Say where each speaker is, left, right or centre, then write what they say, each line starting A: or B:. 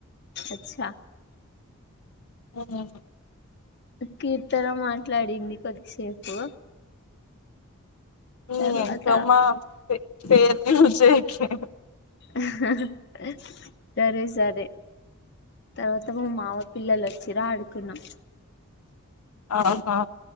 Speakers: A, on the left; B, on the left.
A: అచ్చ
B: ఉమ్
A: కీర్తన మాట్లాడింది కొద్దిసేపు
B: నీ
A: తర్వాత
B: ఎంకమ్మ పేర్లు యూస్ చేయకే
A: ఆహా హా సరే సరే అవతల మామయ్య పిల్లలు వచ్చారు ఆడుకున్నాం
B: ఆహా